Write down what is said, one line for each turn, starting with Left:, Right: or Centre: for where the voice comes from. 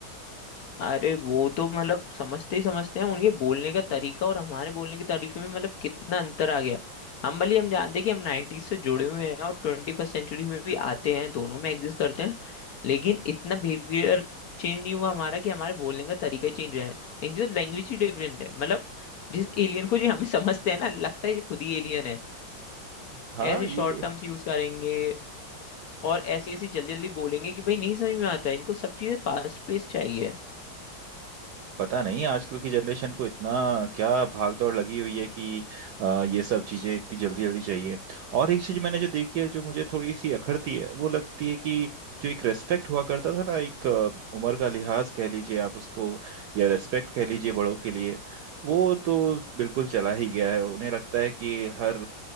Left: अरे वो तो मतलब समझते ही समझते हैं उनके बोलने का तरीका और हमारे बोलने के तरीके में मतलब कितना अंतर आ गया हम भले ही हम जानते हैं कि हम 90s से जुड़े हुए हैं और ट्वेंटी फर्स्ट सेंचुरी में भी आते हैं दोनों में एग्जिस्ट करते हैं लेकिन इतना बिहेवियर चेंज नहीं हुआ हमारा कि हमारे बोलने का तरीका ही चेंज हुआ है इनकी तो लैंग्वेज ही डिफरेंट है मतलब जिस एलियन को जी हमें समझते हैं ना लगता है ये खुद ही एलियन है
Right: हाँ
Left: ऐसे
Right: ये
Left: शॉर्ट टर्म्स यूज करेंगे और ऐसी ऐसी जल्दी जल्दी बोलेंगे कि भाई नहीं समझ में आता है। इनको सब चीजें फास्ट पेस चाहिए
Right: पता नहीं आजकल की जनरेशन को इतना क्या भाग दौड़ लगी हुई है कि अ, ये सब चीजें इतनी जल्दी जल्दी चाहिए और एक चीज मैंने जो देखी है जो मुझे थोड़ी सी अखरती है वो लगती है कि जो एक रेस्पेक्ट हुआ करता था ना एक अ, उम्र का लिहाज कह लीजिए आप उसको या रेस्पेक्ट कह लीजिए बड़ों के लिए वो तो बिल्कुल चला ही गया है उन्हें लगता है कि हर